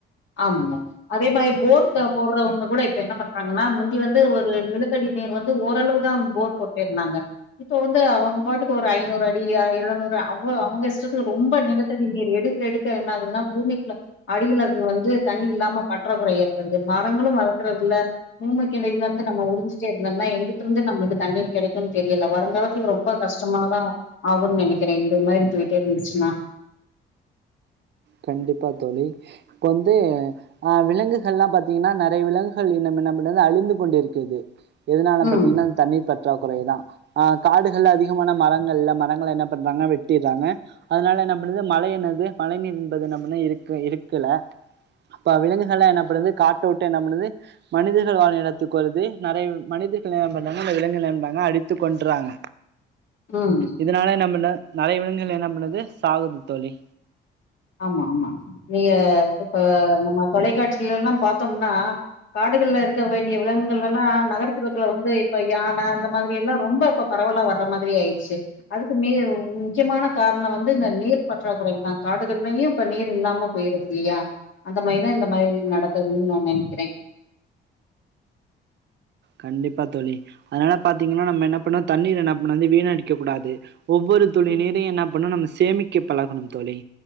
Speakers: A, on the left (about 70°); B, on the right (about 60°).
A: ஆமாங்க அதேமாரி போர் போட்றவங்க கூட இப்ப என்ன பண்றாங்கனா முந்தி வந்து ஒரு நிலத்தடி நீர் வந்து ஓ ரளவுதா போர் போட்டுருந்தாங்க இப்போ வந்து அவங்க பாட்டுக்கு ஒரு ஐநூறு அடி எழுநூறு அவ அவுங்க இஷ்டத்துக்கு ரொம்ப நிலத்தடி நீர் எடு க்க எடுக்க என்ன ஆகுதுன்னா பூமிக்கு அடியில இது வந்து தண்ணி இல்லாம பற்றாக்குறை ஏற்படுது மரங்களு வளக்கறது இல்ல பூமிக்கிடைலருந்து நம்ம உறிஞ்சுட்டே இருந்தம்னா எங்கிட்ருந்து நம்ளுக்கு தண்ணீர் கெடைக்குன் தெரியல வருங்காலத்துல ரொம்ப கஷ்டமாதா ஆகுன் நெனைக்குறே இந்த மாரி போய்ட்டுருந்துச்சுனா
B: கண்டிப்பா தோழி இப்ப வந்து ஆ விலங்குகள்லா பாத்தீங்கனா நறைய விலங்குகள் என்ன என்ன பண்ணுது அழிந்து கொண்டிருக்கிறது எதுனால
A: ம்,
B: பாத்தீங்கனா இந்த தண்ணீர் பற்றாக்குறைதா ஆ காடுகள்ல அதிகமான மரங்கள்ல மரங்கள என்ன பண்றாங்க வெட்டிறாங்க அதனால என்ன பண்ணுது மழை என்னது மழை நீர் என்பது நம்மன இருக்க இருக்கல அப்ப விலங்குகள்லா என்ன பண்ணுது காட்ட வுட்டு என்ன பண்ணுது மனிதர்கள் வாழு இடத்துக்கு வருது நறைய மனிதர்கள <unintelligible> விலங்குகள <unintelligible> அடித்து கொண்றாங்க
A: ம்
B: இதனால நம்என்ன நெறைய விலங்குகள் என்ன பண்ணுது சாகுது தோழி
A: ஆமா ஆமா நீங்க இப்ப நம்ம தொலைக்காட்சிகள்லல்லா பாத்தோம்னா காடுகள்ல இருக்க வேண்டிய விலங்குகளெல்லா நகர்ப்புறத்துல வந்து இப்ப யான அந்த மாதிரியெல்லா ரொம்ப இப்ப பரவலா வர்ற மாதிரி ஆய்ர்ச்சு அதுக்குமேவ் முக்கியமான கார்ணோ வந்து இந்த நீர் பற்றாக்குறைதா காடு க்கள்ளையு இப்ப நீர் இல்லாம போய்ருது இல்லியா அந்த மாரிதா இந்த மாரி நடக்குதுன்னு நா நெனைக்கிறே
B: கண்டிப்பா தோழி அதனால பாத்தீங்கன்னா நம்ம என்ன பண்ணூ தண்ணீர என்ன பண்ண வந்து வீணடிக்க கூடாது ஒவ்வொரு துளி
A: ம்
B: நீரையு என்ன பண்ணணு நம்ம சேமிக்க பழகணும் தோழி